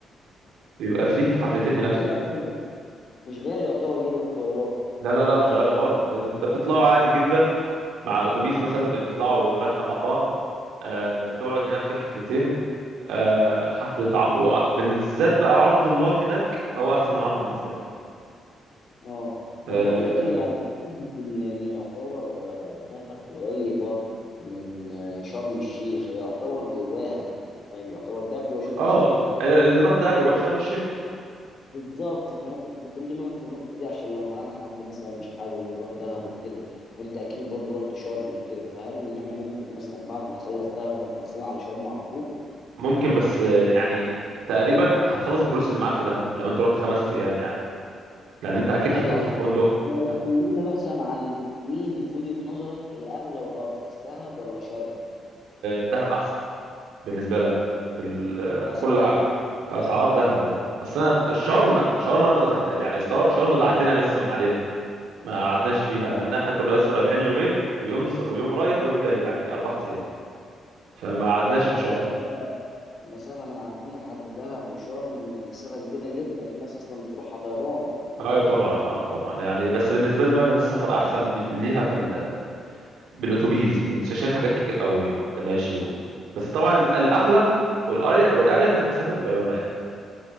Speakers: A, on the right (about 70°); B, on the left (about 50°).
A: بيبقى فيه حفلتين هناك
B: غالي
A: فيه
B: يعتبر مش غالي يعتبر جبل الطويلات
A: لا لا لا مش غالي خالص ده انت بتطلعوا عادي جدا مع اتوبيس مثلا بتطلعوا رحله مع بعض آه، بتقعد هناك في حفلتين آه، حفله ع- وع- بالذات بقى عرض النار هناك هو احسن عرض بالنسبه لي
B: اه
A: اه
B: طب بقول لك ايه يعني ان إن يعتبر آه، دهب قريبه من آه، شرم الشيخ هي يعتبر جواها يعني، انت فاهم يعتبر دهب جوا شرم
A: آه،
B: الشيخ
A: اللي يروح دهب يروح شرم الشيخ
B: بالظبط فانا كنت بكلمك في النقطه دي عشان لو معانا حد مثلا مش حابب انه يروح دهب وكده وانت اكيد برضه رحت شرم وكده فهل احنا ممكن مثلا بعد ما نخلص دهب نروح نازلين على شرم على طول
A: ممكن بس آه، يعني تقريبا هتخلص الفلوس اللي معاك في دهب لو انت رحت خمس ايام يعني لان انت اكيد
B: طب
A: هتروح
B: يعني
A: في فندق
B: احنا لو اتكلمنا
A: هت-
B: مثلا عن مين في وجهه نظرك الاغلى والارخص دهب ولا شرم
A: دهب احسن بالنسبه لي انا في ال-
B: وكاسعار
A: في كل حاجه كاسعار دهب برضه بس انا الشرم شرم انا ما دخلتها يعني ستار- شرم ده عدينا لسه من عليها ما قعدناش فيها
B: اه
A: لان احنا كنا بس رايحين يومين ويوم ص- ويوم رايح ويوم جاي يعني اربع ايام فما قعدناش
B: اه انت
A: في
B: عارف
A: شرم
B: المسافه المسافة من عندنا لحد دهب وشرم مسافه كبيره جدا في ناس اصلا بتروحها طيران
A: ايوه طبعا اه طبعا يعني بس بالنسبه لي فعلا السفر احسن بي- ليها في ال... بالاتوبيس انت شايف حاجات كتير قوي وانت ماشي و... بس طبعا ال- الاحلى والاريح والاريح انك تسافر بطياره